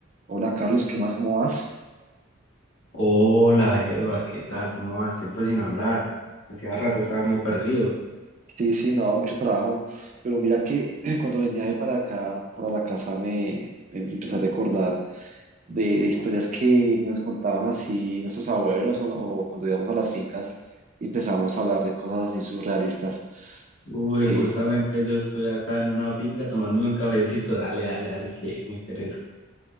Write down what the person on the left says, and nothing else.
Hola, Edward, ¿qué tal? ¿Cómo vas? Tiempo sin hablar. Hacía rato estaba como perdido.
Uy,
justamente yo estoy acá en una finca tomándome un cafecito. Dale, dale, dale, que me interesa.